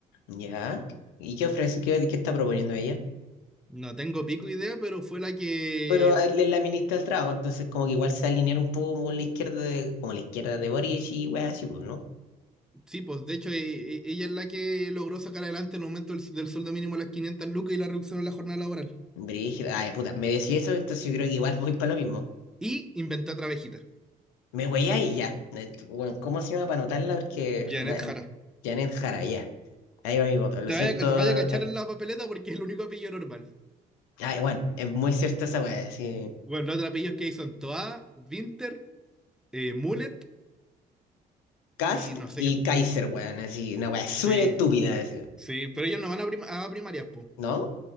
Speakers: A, on the left; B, in the centre.
A: Ya. ¿Y qué ofrece? ¿Qué, qué está proponiendo ella?
B: No tengo pico idea, pero fue la que,
A: Pero él es la ministra del Trabajo, entonces como que igual se alinearon un poco como con la izquierda de, como la izquierda de Boric y weas así, pues, ¿no?
B: sí, pues de hecho e- e- ella es la que logró sacar adelante el aumento del, del sueldo mínimo a las 500 lucas y la reducción en la jornada laboral.
A: Brígido, ay, puta, me decís eso, entonces yo creo que igual voy para lo mismo.
B: Y inventé otra abejita.
A: Me y ya. Eh, Bueno, ¿cómo se llama para anotarla? Porque
B: Janet
A: me-
B: Jara.
A: Janet Jara, ya. Ahí va mi voto. Lo
B: Te
A: siento.
B: vaya, vaya a cachar
A: eh,
B: en la papeleta porque es el único apellido normal.
A: Ay, bueno, es muy cierta esa wea, así.
B: Bueno, los otros apellidos que hay son Toa, Winter, eh, Mullet
A: Cast
B: y no sé
A: y
B: qué.
A: Kaiser, weón, así, una wea súper
B: Sí,
A: estúpida, así,
B: sí, pero ellos no van a, prim- a primarias, po.
A: ¿no?